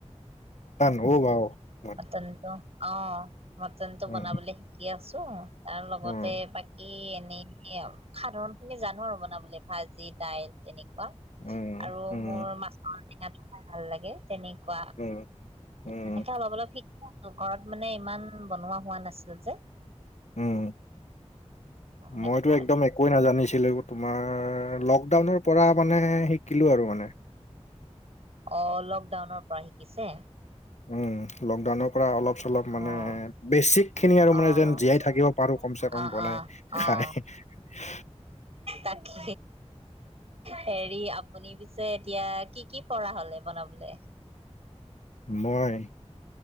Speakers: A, on the left; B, on the right.
A: হ'ব বাৰু।
B: মটনটো অঁ, মটনটো বনাবলে
A: উম
B: শিকি আছো তাৰ লগতে
A: উম
B: বাকী এনেই সাধাৰণ খিনি জানো আৰু বনাবলৈ ভাজি, দাইল তেনেকুৱা
A: উম
B: আৰু
A: উম
B: মোৰ মাছৰ টেঙাটো খাই ভাল লাগে তেনেকুৱা
A: উম উম
B: এনেকে অলপ-অলপ শিকো ঘৰত মানে ইমান বনোৱা হোৱা নাছিল যে।
A: উম,
B: সেইটো
A: মইতো
B: কাৰণে
A: একদম কৈ নাজানিছিলোঁ তোমাৰ লকডাউনৰ পৰা মানে শিকিলোঁ আৰু মানে।
B: অ'! লকডাউনৰ পৰা শিকিছে।
A: উম! লকডাউনৰ পৰা, অলপ-চলপ
B: অ',
A: মানে, বেছিক খিনি আৰু
B: অ'।
A: মানে, যে জীয়াই থাকিব পাৰোঁ, কম চে
B: অ',
A: কম বনাই।
B: অ', অ',
A: খাই। <unintelligible>
B: তাকে, হেৰি আ আপুনি পিছে, এতিয়া কি কি পৰা হ'লে বনাবলে?
A: মই।